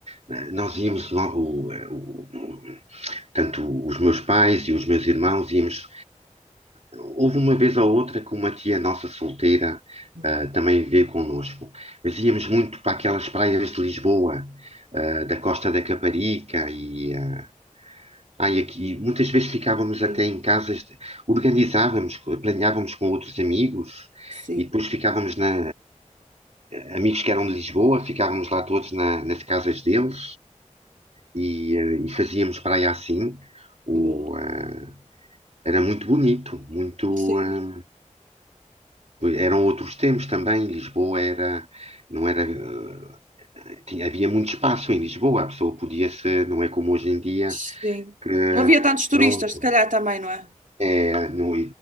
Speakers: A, on the right; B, on the right.
A: da- Nós íamos logo, eh, o- tanto os meus pais e os meus irmãos íamos. Houve uma vez ou outra que uma tia nossa solteira
B: Uhum.
A: ah, também veio connosco, mas íamos muito para aquelas praias de Lisboa, ah, da Costa da Caparica e, ah, ah, e aqui muitas vezes ficávamos
B: Sim,
A: até em casas, de- organizávamos, planeávamos com outros amigos
B: Sim,
A: e depois ficávamos na amigos que eram de Lisboa, ficávamos lá todos na- nas casas deles. e, eh, e fazíamos praia assim. O,
B: boa.
A: eh, era muito bonito, muito.
B: sim,
A: eh, eram outros tempos também. Lisboa era, não era, eh, tinha, havia muito espaço em Lisboa. A pessoa podia ser, não é como hoje em dia
B: sim.
A: que
B: Não havia tantos turistas,
A: pronto,
B: se calhar também, não é?
A: É, no,